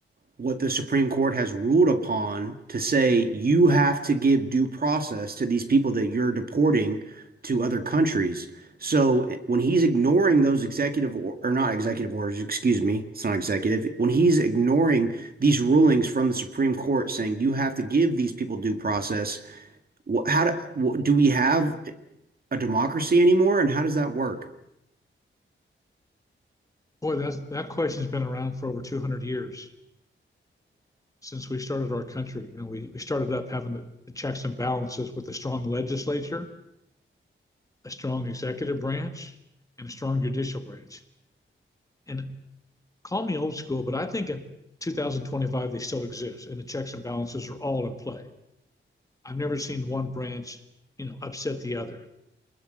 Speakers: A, on the right (about 45°); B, on the left (about 15°).
A: what the Supreme Court has ruled upon to say you have to give due process to these people that you're deporting to other countries. So eh, when he's ignoring those executive or, or not executive orders, excuse me, it's not executive, when he's ignoring these rulings from the Supreme Court saying you have to give these people due process, how do, do we have a democracy anymore and how does that work?
B: Boy, that's, that question's been around for over 200 years since we started our country. You know, we, we started up having the, the checks and balances with a strong legislature, a strong executive branch, and a strong judicial branch. And call me old school, but I think in 2025 they still exist, and the checks and balances are all in play I've never seen one branch, you know, upset the other.